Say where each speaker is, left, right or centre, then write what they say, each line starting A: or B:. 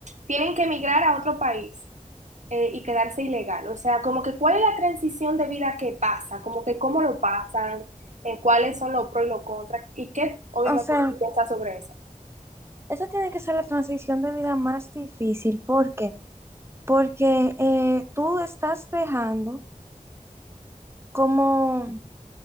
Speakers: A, on the right (about 60°); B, on the right (about 20°).
A: tienen que emigrar a otro país eh, y quedarse ilegal. O sea, como que cuál es la transición de vida que pasa, como que cómo lo pasan, eh, cuáles son los pros y los contras y qué obviamente
B: O sea,
A: tú piensas sobre eso.
B: esa tiene que ser la transición de vida más difícil. ¿Por qué? Porque eh, tú estás dejando como